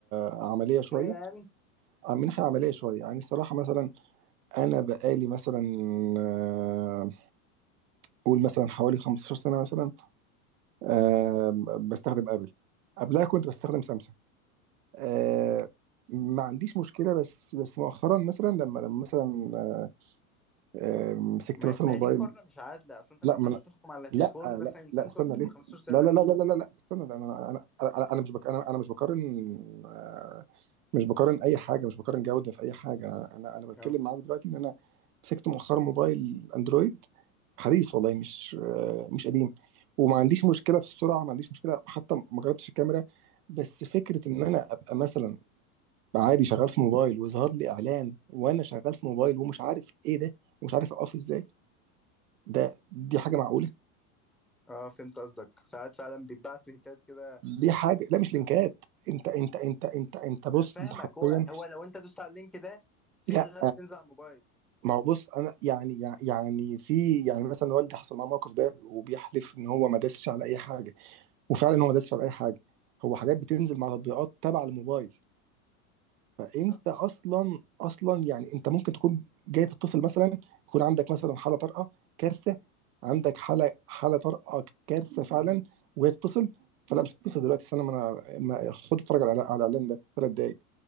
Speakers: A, on the right; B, in the centre.
A: عمليه
B: تقنيه
A: شويه
B: يعني
A: آه، من ناحيه عمليه شويه يعني الصراحه مثلا انا بقالي مثلا آه، قول مثلا حوالي 15 سنه مثلا آه، بستخدم ابل قبلها كنت بستخدم سامسونج آه، ما عنديش مشكله بس بس مؤخرا مثلا لما لما مثلا آه، آه، مسكت
B: ما
A: مثلا
B: ما
A: موبايل
B: هي دي مقارنه مش عادله اصلا انت
A: لا
B: ما ينفعش تحكم على
A: لا
B: تليفون مثلا
A: لا
B: سامسونج
A: لا استنى لسه
B: من 15 سنه
A: لا لا لا لا لا لا استنى ده انا انا انا انا مش بك انا انا مش بقارن آه، مش بقارن اي حاجه مش بقارن جوده في اي حاجه انا انا أنا بتكلم
B: اه
A: معاك دلوقتي ان انا مسكت مؤخرا موبايل اندرويد حديث والله مش آه، مش قديم وما عنديش مشكله في السرعه ما عنديش مشكله حتى ما جربتش الكاميرا بس فكره ان انا ابقى مثلا عادي شغال في موبايل ويظهر لي اعلان وانا شغال في موبايل ومش عارف ايه ده ومش عارف اوقفه ازاي ده دي حاجه معقوله
B: اه فهمت قصدك ساعات فعلا بيتبعت لينكات كده
A: دي حاجه لا مش لينكات انت انت انت انت انت بص
B: انا فاهمك
A: انت حرفيا
B: هو هو لو انت دوست على اللينك ده في
A: لا
B: العاب بتنزل على الموبايل
A: ما هو بص انا يعني يع- يعني في يعني مثلا والدي حصل معاه موقف ده وبيحلف ان هو ما داسش على اي حاجه وفعلا هو ما داسش على اي حاجه هو حاجات بتنزل مع تطبيقات تبع الموبايل فانت
B: اصلا
A: اصلا اصلا يعني انت ممكن تكون جاي تتصل مثلا يكون عندك مثلا حاله طارئه كارثه عندك حاله حاله طارئه كارثه فعلا وهي تتصل فلا مش هتتصل دلوقتي استنى ما انا ما- خد اتفرج على على الاعلان ده ثلاث دقايق